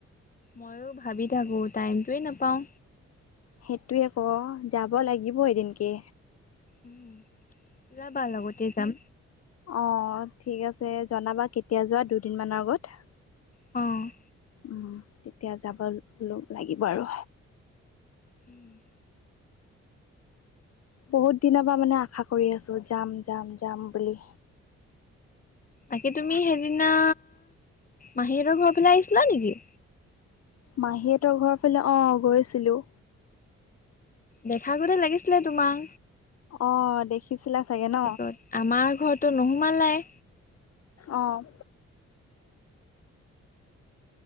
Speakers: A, on the left; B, on the left.
A: ময়ো ভাবি থাকোঁ টাইমটোৱে নাপাওঁ।
B: সেইটোৱে কওঁ যাব লাগিব এদিনকে।
A: উম, ওলাবা লগতে যাম।
B: অ', ঠিক আছে জনাবা কেতিয়া যোৱা দুদিন মানৰ আগত।
A: অ',
B: উম, তেতিয়া যাব লাগিব আৰু।
A: উম,
B: বহুত দিনৰ পৰা মানে আশা কৰি আছোঁ যাম - যাম - যাম বুলি।
A: বাকি তুমি সেইদিনা মাহী হঁতৰ ঘৰ ফালে আহিছিলা নেকি?
B: মাহী হঁতৰ ঘৰ ফালে অ', গৈছিলোঁ।
A: দেখা গতে লাগিছিলে তোমাক।
B: অ', দেখিছিলা চাগে
A: তাৰপিছত
B: ন?
A: আমাৰ ঘৰতটো নোসোমালাই।
B: অ',